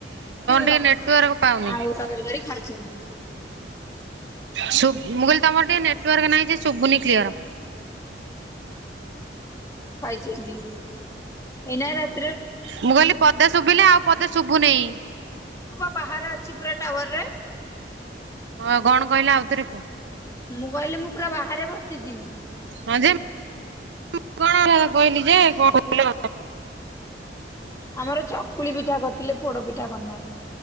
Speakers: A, on the left; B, on the right.
A: ଯୋଉ
B: ଟିକେ ନେଟୱାର୍କ ପାଉନି।
A: ଆଉ ତରକାରୀ ଖାଇଛନ୍ତି।
B: ଶୁ ମୁଁ କହିଲି ତମର ଟିକେ ନେଟୱାର୍କ ନାଇଁ ଯେ ଶୁବୁନି କ୍ଲିୟର।
A: ହାଇଛନ୍ତି ଏଇନାକେ ରା
B: ମୁଁ କହିଲି ପଦେ ଶୁଭିଲେ ଆଉ ପଦେ ଶୁଭୁନେଇଁ।
A: ମୁଁ ପା ବାହାରେ ଅଛି ପୁରା ଟାୱାରରେ।
B: ହଁ କଣ କହିଲା ଆଉଥରେ କୁହ।
A: ମୁଁ କହିଲି ମୁଁ ପୁରା ବାହାରେ ବସିଚି।
B: ହଁ ଯେ ମୁଁ କଣ କହିଲି ଯେ କଣ?
A: ଆମର ଚକୁଳି ପିଠା କର୍ ରଥିଲେ ପୋଡ ପିଠା କ